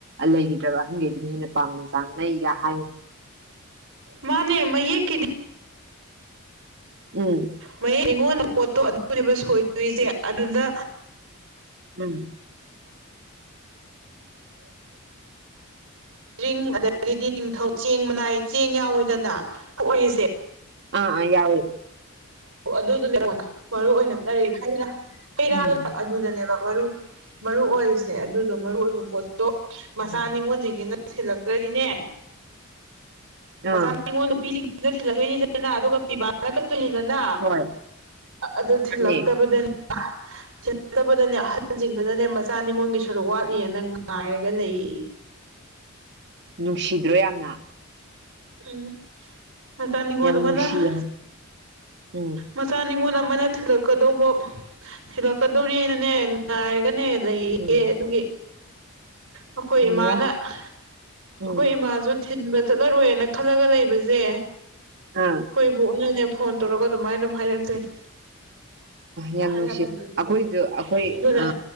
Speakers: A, on the right; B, on the right.
A: ꯂꯩꯈꯤꯗ꯭ꯔꯕ ꯑꯍꯟꯈꯩꯗꯨꯅ ꯍꯦꯟꯅ ꯄꯥꯝꯅꯩ ꯇꯟꯅꯩ ꯀꯥꯏ ꯍꯥꯏ
B: ꯃꯥꯟꯅꯦ ꯃꯩꯌꯦꯛ ꯀꯤꯗꯤ
A: ꯎꯝ
B: ꯃꯌꯦꯛ ꯅꯤꯉꯣꯟꯗꯜꯅ ꯄꯣꯠꯇꯣ ꯑꯗꯨꯅꯦꯕ ꯁꯣꯏꯗꯣꯏꯁꯦ ꯑꯗꯨꯗ
A: ꯎꯝ <inaudible>
B: ꯗ꯭ꯔꯤꯡ ꯑꯗꯒꯤꯗꯤ ꯅꯤꯡꯊꯧ ꯆꯦꯡ ꯃꯅꯥꯏ ꯆꯦꯡ ꯌꯥꯎꯏꯗꯅ ꯊꯣꯛ ꯏꯁꯦ
A: ꯑ ꯥ ꯑꯥ ꯌꯥꯎꯏ
B: ꯑꯗꯨ ꯑꯗꯨꯗꯨꯅꯦ ꯃꯔꯨ ꯑꯣꯏꯅꯔꯤ <unintelligible> ꯍꯩꯔꯥꯡ
A: ꯎꯝ
B: ꯑꯗꯨꯗꯅꯦꯕ ꯃꯔꯨ ꯃꯔꯨ ꯑꯣꯏꯔꯤꯁꯦ ꯑꯗꯨꯗꯣ ꯃꯔꯨ ꯑꯣꯏꯕ ꯄꯣꯠ ꯑꯗꯣ ꯃꯆꯥ
A: ꯎꯝ
B: ꯅꯤꯉꯣꯟꯁꯤꯡꯁꯤꯅ ꯊꯤꯜꯂꯛꯇ꯭ꯔꯗꯤꯅꯦ
A: ꯑꯥ
B: ꯃꯆꯥ ꯅꯤꯉꯣꯟ ꯅꯨꯄꯤꯁꯤꯡꯁꯤꯅ ꯊꯤꯜꯂꯛꯇꯣꯏꯅꯤꯗꯅ ꯑꯗꯨꯒ ꯄꯤꯕꯥꯅ ꯀꯠ ꯀꯠꯇꯣꯏꯅꯤꯗꯅ
A: ꯍꯣꯏ
B: ꯑꯗꯨ ꯊꯤꯜꯂꯛꯇꯕꯗ
A: ꯅꯦ
B: ꯊꯤꯜꯂꯛꯇꯕꯗꯅꯦ ꯑꯍꯟꯁꯤꯡꯗꯨꯅꯅꯦ ꯃꯆꯥ ꯅꯤꯉꯣꯟꯒꯤ ꯁꯔꯨꯛ ꯋꯥꯠꯂꯤꯌꯦꯅ ꯉꯥꯏꯔꯒ ꯂꯩꯌꯦꯌꯦ
A: ꯅꯨꯡꯁꯤꯗ꯭ꯔꯣ ꯌꯥꯝꯅ
B: ꯎꯝ ꯃꯆꯥ ꯅꯤꯡꯉꯣꯟ
A: ꯌꯥꯝ
B: ꯑꯃꯅ
A: ꯅꯨꯡꯁꯤꯌꯦ
B: ꯃ
A: ꯎꯝ
B: ꯃꯆꯥ ꯅꯤꯉꯣꯜ ꯑꯃꯅ ꯊꯤꯜꯂꯛꯀꯗꯧꯕ ꯊꯤꯜꯂꯛꯀꯗꯧꯔꯤꯅꯅꯦ ꯉꯥꯏꯔꯒꯅꯦ ꯂꯩꯌꯦꯌꯦ
A: ꯎꯝ
B: ꯑꯗꯨꯒꯤ ꯑꯩꯈꯣꯏ
A: ꯍꯩꯔꯥ
B: ꯏꯃꯥꯅ ꯑꯩꯈꯣꯏ
A: ꯎꯝ
B: ꯏꯃꯥꯁꯨ ꯊꯤꯟꯕ ꯆꯠꯂꯔꯣꯏꯅ ꯈꯜꯂꯒ ꯂꯩꯕꯁꯦ
A: ꯑꯥ
B: ꯑꯩꯈꯣꯏ ꯕꯣꯛꯅꯅꯦ ꯐꯣꯟ ꯇꯧꯔꯒ ꯑꯗꯨꯃꯥꯏꯅ ꯑꯗꯨꯝ ꯍꯥꯏꯔꯛꯇꯣꯏꯅꯦ
A: ꯌꯥꯝ
B: ꯑꯍꯜ
A: ꯅꯨꯡꯁꯤ
B: ꯂꯃꯟꯁꯤꯡꯗꯨꯅ
A: ꯑꯩꯈꯣꯏꯁꯨ ꯑꯩꯈꯣꯏ
B: ꯑꯗꯨꯅ
A: ꯑ